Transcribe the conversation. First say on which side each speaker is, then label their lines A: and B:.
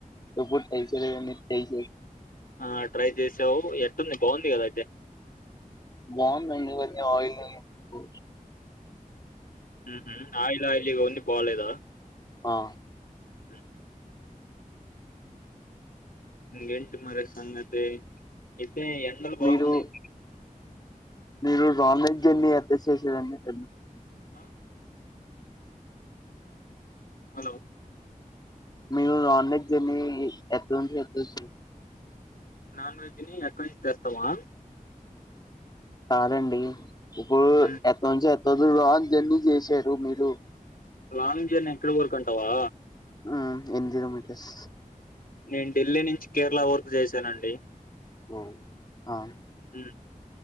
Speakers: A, on the left (about 30°); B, on the left (about 85°).
A: ఎప్పుడు టేస్ చేలేదండి తేస్ చే
B: ఆ ట్రై చేసావు ఎట్టుంది బావుంది కదా అయితే
A: బావుందండి కొంచం ఆయిలే క్కు
B: హుహు, ఆయిల్ ఆయిలిగ ఉంది. బాలేదా
A: ఆ
B: హు ఇంగేంటి మరి సంగతి తే ఎండలు బావున్నాయ్.
A: మీరు మీరు నాన్ వెజ్ జెన్ని ఎత్త చేసరండి ఎత
B: ఆ హలో
A: మీరు రాన్ వెజ్జన్ని ఎత్త్నుంచి ఎత్ <unintelligible>
B: నాన్ వెజ్జ్ ని ఎక్కన్నుంచి తెస్తావా.
A: కాదండి ఇప్పురు
B: హ్మ్.
A: ఎత్తంచి ఎ చదురాన్ జన్ని చేశారు మీరు
B: లాంగ్ జర్నీ ఎక్కడ్ వరక అంటావా.
A: హు, ఎన్ జీరోమీటర్స్
B: నేన్ ఢిల్లీ నించ్ కేరళ వర్క్ చేశానండి
A: ఓ ఆ
B: హు